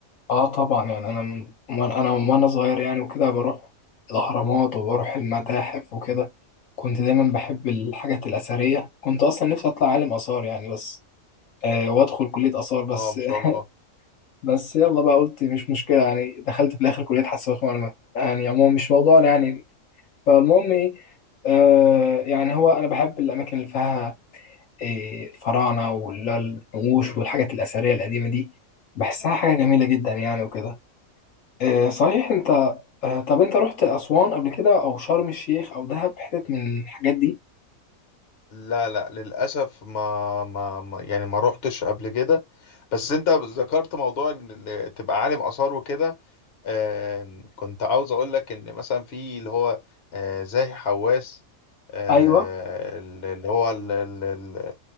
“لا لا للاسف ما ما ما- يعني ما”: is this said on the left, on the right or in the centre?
Left